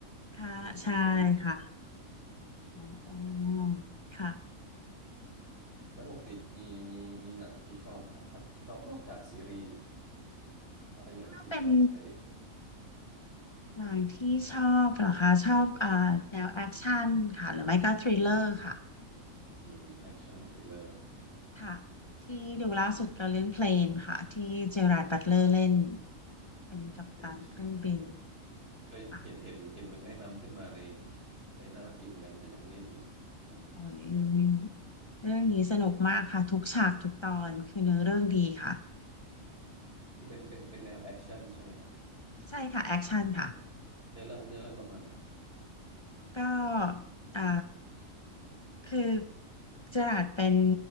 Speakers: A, on the left; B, on the right.
A: ค่ะใช่ค่ะ
B: ไม่ไม่เคยได้ยินชื่อเลยโอเคได้ครับ
A: อ๋ออ๋อค่ะ
B: แล้วปกติมีมีมีหนังที่ชอบไหมครับถ้านอกนอกจากซีรีส์ภาพยนตร์ที่ชอบในเน็ต
A: ถ้าเป็นหนังที่ชอบเหรอคะชอบอ่าแนวแอคชั่นค่ะหรือไม่ก็ทริลเลอร์ค่ะ
B: อืมแอคชั่นทริลเลอร์
A: ค่ะที่ดูล่าสุดก็เรื่องเพลนค่ะที่เจอราร์ดบัตเลอร์เล่น เป็นกัปตันเครื่องบิน
B: เดนเจอร์ทเลอร์เคยเห็นเห็นเห็นมันแนะนำขึ้นมาใน
A: ค่ะ
B: ในหน้าฟีดเหมือนกัน แต่ยังไม่ได้ดูเลยอ่าฮะโอเค
A: โอ้ยเรื่องนี้สนุกมากค่ะทุกฉากทุกตอนคือเนื้อเรื่องดีค่ะ
B: คือเป็นเป็นเป็นแนวแอคชั่นใช่ไหมฮะ
A: ใช่ค่ะแอคชั่นค่ะ
B: เนื้อเรื่องเนื้อเรื่องประมาณไหนล่ะครับ
A: ก็อ่าคือเจอราร์ดเป็น